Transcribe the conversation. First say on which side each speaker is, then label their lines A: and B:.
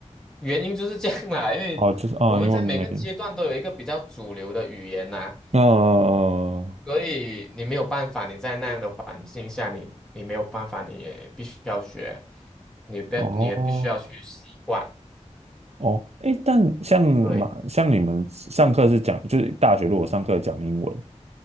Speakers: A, in the centre; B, on the right.
A: 原因就是这样啦，因为我们在每个阶段都有一个比较主流的语言呐、
B: 哦，就是啊、因为没，呃，
A: 所以你没有办法，你在那样的环境下，你你没有办法，你也必须要学，你必你也必须要去习惯。
B: 哦，哦，诶，但像马，
A: 对，
B: 像你们上课是讲，就是大学如果上课讲英文，